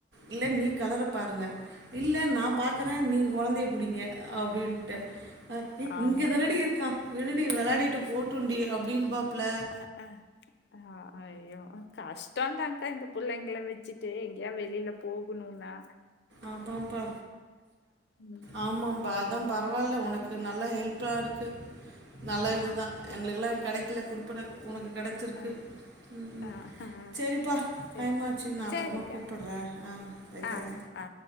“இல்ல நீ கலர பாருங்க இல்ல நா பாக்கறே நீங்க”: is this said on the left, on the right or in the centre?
Right